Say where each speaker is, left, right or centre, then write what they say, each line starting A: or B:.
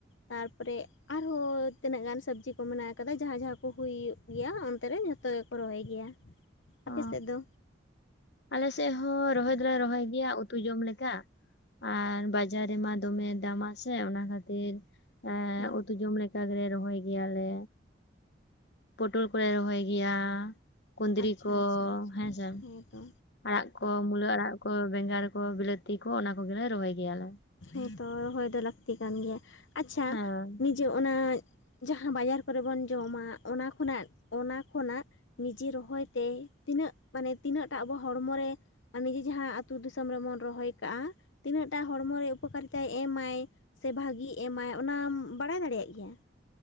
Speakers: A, on the left; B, on the left.
A: ᱛᱟᱨᱯᱚᱨᱮ ᱟᱨᱦᱚᱸ ᱛᱤᱱᱟᱹᱜ ᱜᱟᱱ ᱥᱚᱵᱽᱡᱤ ᱠᱚ ᱢᱮᱱᱟᱜ ᱠᱟᱫᱟ ᱡᱟᱦᱟᱸ ᱡᱟᱦᱟᱸ ᱠᱚ ᱦᱩᱭ ᱜᱮᱭᱟ ᱚᱱᱛᱮ ᱨᱮ ᱡᱷᱚᱛᱚ ᱜᱮᱠᱚ ᱨᱚᱦᱚᱭ ᱜᱮᱭᱟ ᱟᱯᱮ
B: ᱚ
A: ᱥᱮᱫ ᱫᱚ
B: ᱟᱞᱮ ᱥᱮᱫ ᱦᱚᱸ ᱨᱚᱦᱚᱭ ᱫᱚᱞᱮ ᱨᱚᱦᱚᱭ ᱜᱮᱭᱟ ᱩᱛᱩ ᱡᱚᱢ ᱞᱮᱠᱟ ᱟᱨ ᱵᱟᱡᱟᱨ ᱨᱮᱢᱟ ᱫᱚᱢᱮ ᱫᱟᱢᱟ ᱥᱮ ᱚᱱᱟ ᱠᱷᱟᱹᱛᱤᱨ ᱮᱸᱻ
A: ᱦᱮᱸ
B: ᱩᱛᱩ ᱡᱚᱢ ᱞᱮᱠᱟ ᱫᱚᱞᱮ ᱨᱚᱦᱚᱭ ᱜᱮᱭᱟᱞᱮ ᱯᱚᱴᱚᱞ ᱠᱚᱞᱮ ᱨᱚᱦᱚᱭ ᱜᱮᱭᱟ ᱠᱩᱸᱫᱽᱨᱤ
A: ᱟᱪᱪᱷᱟ
B: ᱠᱚ
A: ᱟᱪᱪᱷᱟ ᱦᱮᱸ
B: ᱦᱮᱸᱥᱮ
A: ᱛᱚ
B: ᱟᱲᱟᱜ ᱠᱚ ᱢᱩᱞᱟᱹ ᱟᱲᱟᱜ ᱠᱚ ᱵᱮᱸᱜᱟᱲ ᱠᱚ ᱵᱤᱞᱟᱹᱛᱤ ᱠᱚ ᱚᱱᱟ ᱠᱚᱜᱮᱞᱮ ᱨᱚᱦᱚᱭ ᱜᱮᱭᱟᱞᱮ
A: ᱦᱮᱸᱛᱚ ᱨᱚᱦᱚᱭ ᱫᱚ ᱞᱟᱹᱠᱛᱤ ᱠᱟᱱ ᱜᱮᱭᱟ ᱟᱪᱪᱷᱟ
B: ᱦᱮᱸ
A: ᱱᱤᱡᱮ ᱚᱱᱟ ᱡᱟᱦᱟᱸ ᱵᱟᱡᱟᱨ ᱠᱚᱨᱮ ᱵᱚᱱ ᱡᱚᱢᱟ ᱚᱱᱟ ᱠᱷᱚᱱᱟᱜ ᱚᱱᱟ ᱠᱷᱚᱱᱟᱜ ᱱᱤᱡᱮ ᱨᱚᱦᱚᱭ ᱛᱮ ᱛᱤᱱᱟᱹᱜ ᱢᱟᱱᱮ ᱛᱤᱱᱟᱹᱜᱴᱟᱜ ᱟᱵᱚ ᱦᱚᱲᱢᱚ ᱨᱮ ᱟᱨ ᱱᱤᱡᱮ ᱡᱟᱦᱟᱸ ᱟᱛᱳ ᱫᱤᱥᱚᱢ ᱨᱮᱵᱚᱱ ᱨᱚᱦᱚᱭ ᱠᱟᱜᱼᱟ ᱛᱤᱱᱟᱹᱜᱴᱟ ᱦᱚᱲᱢᱚ ᱨᱮ ᱩᱯᱚᱠᱟᱨᱤᱛᱟᱭ ᱮᱢᱟᱭ ᱥᱮ ᱵᱷᱟᱜᱤᱭ ᱮᱢᱟᱭ ᱚᱱᱟᱢ ᱵᱟᱲᱟᱭ ᱫᱟᱲᱮᱭᱟᱜ ᱜᱮᱭᱟ